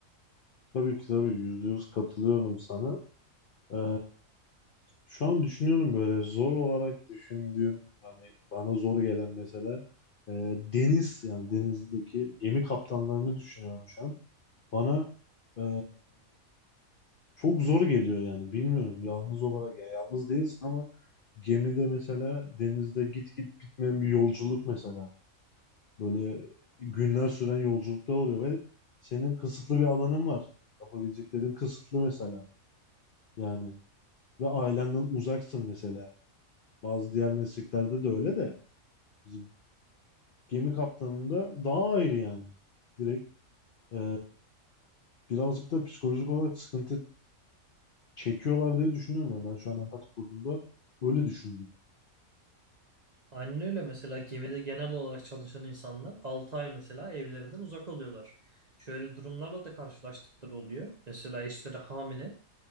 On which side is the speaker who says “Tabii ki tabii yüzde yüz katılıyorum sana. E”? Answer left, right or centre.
Left